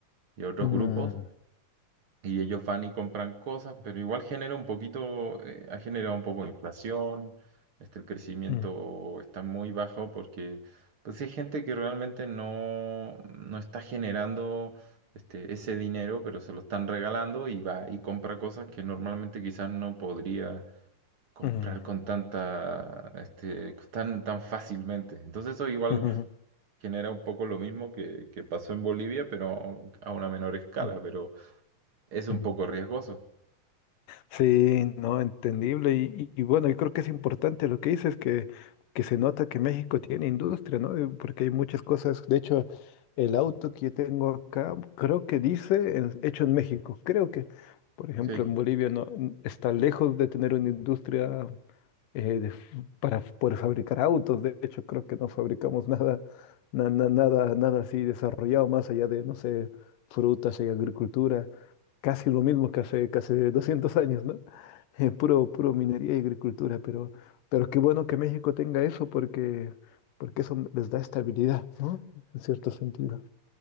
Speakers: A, on the right (about 40°); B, on the left (about 75°).
A: y a otros
B: mm,
A: grupos y ellos van y compran cosas, pero igual genera un poquito, eh, ha generado un poco de inflación, este, el crecimiento
B: mm,
A: está muy bajo porque pues sí, hay gente que realmente no, no está generando este, ese dinero, pero se lo están regalando y va y compra cosas que normalmente quizás no podría comprar
B: mm, mm.
A: con tanta, este, tan, tan fácilmente. Entonces eso igual
B: Ujú,
A: genera un poco lo mismo que, que pasó en Bolivia, pero a una menor escala,
B: ujú,
A: pero es un
B: ujú.
A: poco riesgoso.
B: Sí, no, entendible. Y, y- y bueno, yo creo que es importante lo que dices, que, que se nota que México tiene industria, ¿no? Eh, Porque hay muchas cosas. De hecho, el auto que yo tengo acá, creo que dice en- hecho en México. Creo que, por ejemplo,
A: Sí,
B: en Bolivia no n- está lejos de tener una industria eh, de f- para f- poder fabricar autos. De hecho, creo que no fabricamos <laughs> nada, na- na- nada, nada así desarrollado más allá de, no sé, frutas y agricultura. casi lo mismo que hace, que hace 200 años, ¿no? <laughs> Eh, puro, puro minería y agricultura, pero, pero qué bueno que México tenga eso porque, porque eso les da estabilidad, ¿no? En cierto sentido.